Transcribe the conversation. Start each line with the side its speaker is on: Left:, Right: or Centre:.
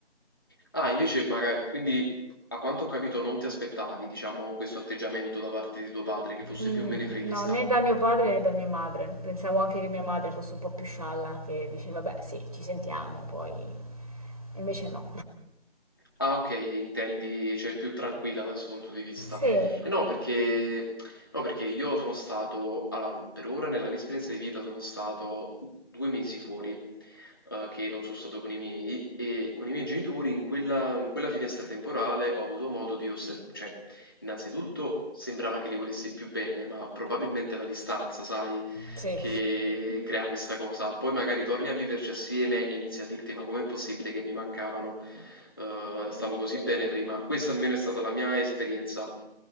Left: Ah, invece, magari, quindi a quanto ho capito non ti aspettavi, diciamo, questo atteggiamento da parte di tuo padre, che fosse
Right: Mm,
Left: più menefreghista.
Right: no, né da mio padre né da mia madre. Pensavo anche che mia madre fosse un po' più scialla, che diceva, beh, sì, ci sentiamo, poi... Invece no.
Left: Ah, ok, intendi, cioè più tranquilla da questo punto di vista.
Right: Sì,
Left: E no, perché, no, perché io sono stato, allora, per ora nella mia esperienza di vita sono stato due mesi fuori, eh, che non sono stato con i miei, e con i miei genitori in quella, in quella finestra temporale ho avuto modo di osservare, cioè, innanzitutto sembrava che li volessi più bene, ma probabilmente la distanza, sai,
Right: sì.
Left: che crea questa cosa. Poi magari torni a viverci assieme e inizi a dirti, ma com'è possibile che mi mancavano? eh, stavo così bene prima. Questa almeno è stata la mia esperienza.